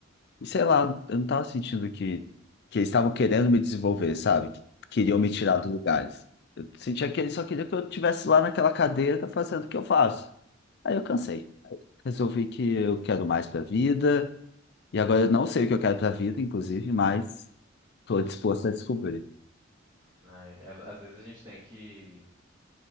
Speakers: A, on the left; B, on the right.
A: e sei lá, eu não tava sentindo que, que eles estavam querendo me desenvolver, sabe? Que queriam
B: Uhum,
A: me tirar do lugares. Eu sentia que eles só queriam que eu estivesse lá naquela cadeira fazendo o que eu faço. Aí eu
B: uhum.
A: cansei. Resolvi que eu quero mais pra vida. E agora eu não sei o que eu quero pra vida, inclusive, mas tô disposto a descobrir.
B: <laughs> Ai, é- às vezes a gente tem que